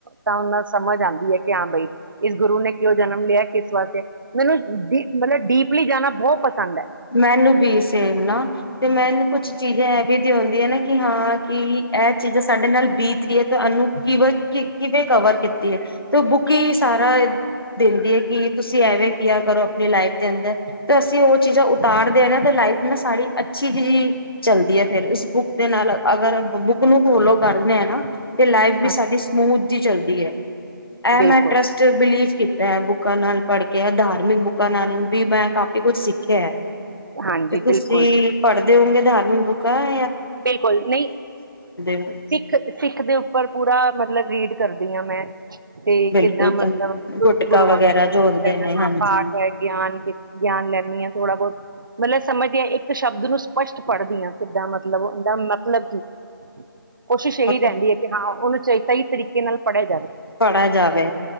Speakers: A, on the right; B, on the left.
A: ਤਾਂ ਉਹ ਨੂੰ ਸਮਝ ਆਉਂਦੀ ਹੈ, ਕਿ ਹਾਂ ਬਾਈ ਇਸ ਗੁਰੂ ਨੇ ਕਿਉਂ ਜਨਮ ਲਿਆ ਕਿਸ ਵਾਸਤੇ। ਮੈਨੂੰ ਡੀ ਮਤਲਬ ਡੀਪਲੀ ਜਾਣਾ ਬਹੁਤ ਪਸੰਦ ਹੈ।
B: ਮੈਨੂੰ ਵੀ ਸੇਮ ਨਾ, ਤੇ ਮੈਨੂੰ ਕੁਛ ਚੀਜ਼ਾਂ ਐਵੇਂ ਦੀਆਂ ਹੁੰਦੀਆਂ ਨੇ ਆ ਨਾ ਕਿ ਹਾਂ ਕਿ ਇਹ ਚੀਜ਼ਾਂ ਸਾਡੇ ਨਾਲ ਬੀਤ ਰਹੀ ਹੈ ਤੇ ਇਹਨੂੰ ਕਿਵੇਂ ਕਿਵੇਂ ਕਵਰ ਕੀਤੀ ਹੈ, ਤੇ ਉਹ ਬੁੱਕ ਹੀ ਸਾਰਾ ਦਿੰਦੀ ਹੈ ਕਿ ਤੁਸੀਂ ਐਵੇਂ ਕਿਆ ਕਰੋ ਆਪਣੀ ਲਾਈਫ ਦੇ ਅੰਦਰ, ਤਾਂ ਅਸੀਂ ਉਹ ਚੀਜ਼ਾਂ ਉਤਾਰਦੇ ਆ ਨਾ ਤੇ ਲਾਈਫ ਨਾ ਸਾਰੀ ਅੱਛੀ ਚੀਜ਼ ਚੱਲਦੀ ਹੈ, ਫੇਰ ਇਸ ਬੁੱਕ ਦੇ ਨਾਲ, ਅਗਰ ਬੱਕ ਨੂੰ ਫੋਲੋ ਕਰਦੇ ਆ ਨਾ, ਤੇ ਲਾਈਫ ਵੀ
A: ਹਾਂ।
B: ਸਾਡੀ ਸਮੂਥ ਜੀ ਚੱਲਦੀ ਹੈ। ਐ
A: ਬਿਲਕੁਲ
B: ਮੈਂ ਟਰੱਸਟ ਬਿਲੀ ਕੀਤਾ ਹੈ, ਬੁੱਕਾਂ ਨਾਲ ਪੜ੍ਹ ਕੇ, ਧਾਰਮਿਕ ਬੁੱਕਾਂ ਨਾਲ ਵੀ ਮੈਂ ਕਾਫ਼ੀ ਕੁਛ ਸਿੱਖਿਆ ਕਯਾ ਹੈ।
A: ਹਾਂਜੀ
B: ਬਿੱਲ
A: ਬਿਲਕੁਲ
B: ਬੁੱਕ ਐ।
A: ਬਿਲਕੁਲ ਨਹੀਂ
B: ਹੋ?
A: ਸਿੱਖ ਸਿੱਖ ਦੇ ਉੱਪਰ ਪੂਰਾ ਮਤਲਬ ਰੀਡ ਕਰਦੀ ਆਂ, ਮੈਂ। ਤੇ
B: ਬਿਲਕੁਲ
A: ਕਿੱਦਾਂ ਮਤਲਬ
B: ਚੰਗੀ ਗੱਲ ਗੁਟਕਾ
A: ਗੁਰੂ ਗੁਰੂਆਂ
B: ਵਗੈਰਾ
A: ਨੇ
B: ਜੋ
A: ਕੀਤਾ
B: ਹੁੰਦੇ ਨੇ
A: ਹਾਂ
B: ਹਾਂਜੀ।
A: ਪਾਠ ਹੈ ਗਿਆਨ, ਗਿਆਨ ਲੈਨੀ ਆਂ। ਥੋੜਾ ਬਹੁਤ ਮਤਲਬ ਸਮਝਦੀ ਹਾਂ ਇੱਕ ਸ਼ਬਦ ਨੂੰ ਸਪਸ਼ਟ ਪੜ੍ਹਦੀ ਹਾਂ, ਸਿੱਧਾਂ। <unintelligible> ਮਤਲਬ ਉਹਦਾ ਮਤਲਬ ਕੀ <unintelligible> ਕੋਸ਼ਿਸ਼ ਇਹੀ
B: ਅਤੇ
A: ਰਹਿੰਦੀ ਹੈ ਕਿ ਹਾਂ ਉਹਨੂੰ <unintelligible> ਸਹੀ ਤਰੀਕੇ ਨਾਲ ਪੜਿਆ
B: <unintelligible> ਪੜ੍ਹਿਆ ਜਾਵੇ